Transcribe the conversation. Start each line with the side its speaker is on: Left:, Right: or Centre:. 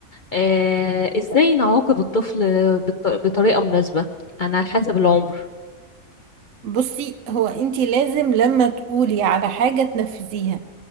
Left: آه، ازاي نعاقب الطفل بط- بطريقة مناسبة يعني على حسب العمر
Right: بصي هو انتي لازم لما تقولي على حاجة تنفذيها